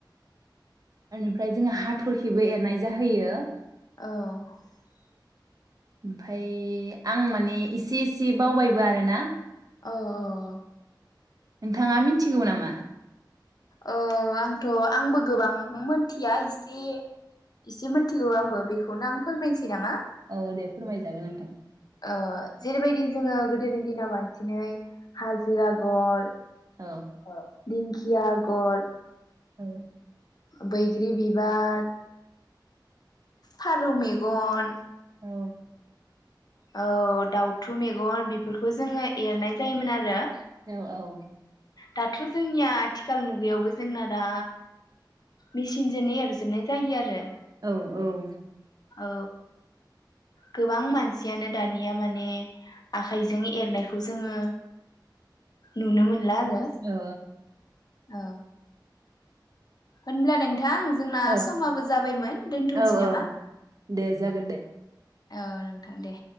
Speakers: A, on the right; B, on the left.
A: बेनिफ्राय जोङो हाथरखिबो एरनाय जाहैयो।
B: औ
A: ओमफ्राय आं माने इसे इसे बावबायबो आरोना
B: औ औ
A: नोंथाङा मिथिगौ नामा?
B: ओ आंथ' आंबो गोबां मोनथिया एसे एसे मिनथिगौ आंबो बेखौनो आं फोरमायनोसै नामा?
A: औ दे फोरमायजागोन नोंथां
B: ओ जेरैबायदि जोङो गोदोनि दिनाव बांसिनै हाजो आगर
A: औ
B: ओ दिंखिया आगर
A: ओ
B: बैग्रि बिबार फारौ मेगन
A: औ
B: औ दाउथु मेगन बेफोरखौ जोङो एरनाय जायोमोन आरो
A: औ औ
B: दाथ' जोंनिया आथिखाल मुगायावबो जोंना दा मेसिनजोंनो एरजोबनाय जायो आरो।
A: औ औ
B: औ गोबां मानस सियानो दानिया माने आखाइजों एरनायखौ जोङो नुनो मोनला आरो
A: ओ
B: औ होनब्ला नों थां जोंना
A: औ
B: समाबो जाबायमोन दोनथनोसै
A: औ औ
B: नामा
A: दे जागोन दे
B: औ नोंथां दे